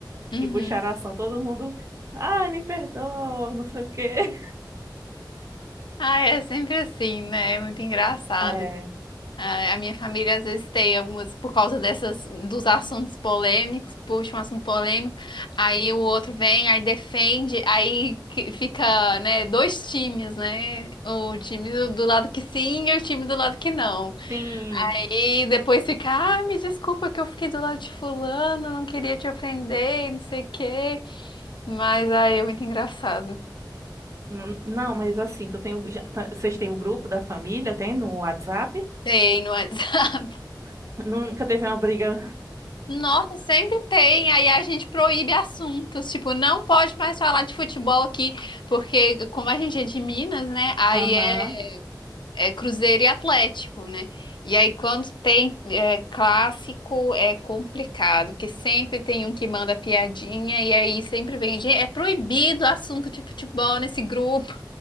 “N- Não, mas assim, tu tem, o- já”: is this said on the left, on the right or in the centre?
Right